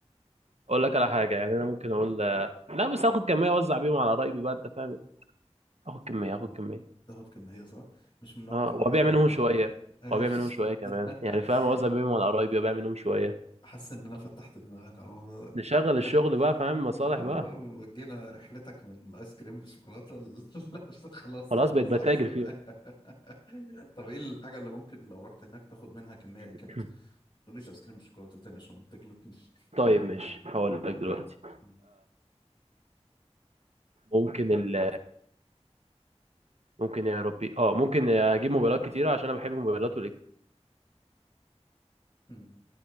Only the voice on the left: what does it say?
مم.
تاخد كمية صح مش من نوع
القنوع
اللي
هو انا
ماشي
<laughs>
حاسس ان انا فتحت دماغك على الموضوع ده
كده
اه
وجينا رحلتك من الايس كريم بالشوكولاته ل- <laughs> خلاص
انا بوزع
على صحابي
<laughs> طب ايه الحاجه اللي ممكن لو رحت هناك تاخد منها كميه ليك
انت ما تقوليش ايس كريم بالشوكولاته تاني عشان ما تجلطنيش
مم.
مم.